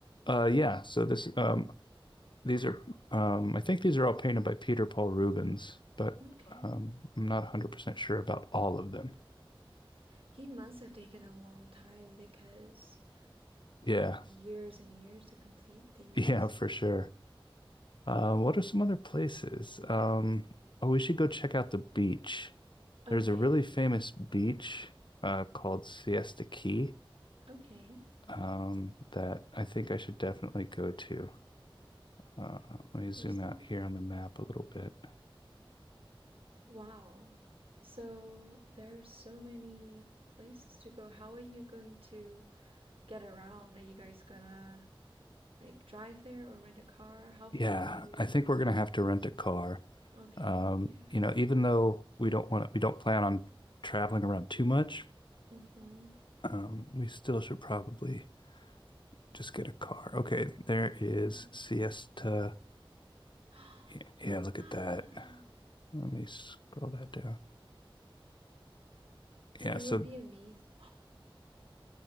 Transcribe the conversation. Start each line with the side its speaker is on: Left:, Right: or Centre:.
Left: Uh, yeah, so this um these are um I think these are all painted by Peter Paul Rubens, but
Right: Okay.
Left: um I'm not 100% sure about all of them.
Right: He must have taken a long time because,
Left: Yeah.
Right: like, years
Left: <laughs>
Right: and years to complete these.
Left: Yeah, for sure. Uh, what are some other places? Um oh, we should go check out the beach.
Right: Okay.
Left: There's a really famous beach uh called Siesta Key
Right: Okay.
Left: um that I think I should definitely go to. Uh, let me zoom
Right: There's something.
Left: out here on the map a little bit.
Right: Wow. So there are so many places to go. How are you going to get around? Are you guys gonna like drive there or rent a car? How far
Left: Yeah,
Right: are you?
Left: I think we're gonna have to rent a car.
Right: Okay.
Left: Um,
Right: Yeah.
Left: you know, even though we don't want we don't plan on traveling around too much,
Right: Mm-hmm.
Left: um, we still should probably just get a car. Okay, there is
Right: Yeah.
Left: Siesta.
Right: <gasps>
Left: Yeah, yeah, look
Right: Wow.
Left: at that. Let me scroll that down.
Right: And
Left: Yeah,
Right: it
Left: so
Right: would be amazing.